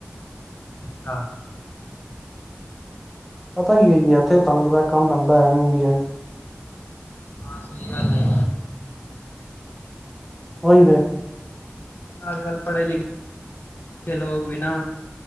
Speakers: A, on the left; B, in the centre.
A: <unintelligible>
B: ਪਤਾ ਕੀ ਹੈਜੀ, ਇੱਥੇ ਤੁਹਾਨੂੰ ਪਤਾ ਕੰਮ ਤੱਦਾ ਹੈ ਨੀ ਇੰਡੀਆ
A: ਹਾਂ ਸਹੀ ਗੱਲ ਏ।
B: <inaudible>
A: ਅੱਜ ਕੱਲ ਪੜ੍ਹੇ ਲਿਖੇ ਲੋਕ ਵੀ ਨਾ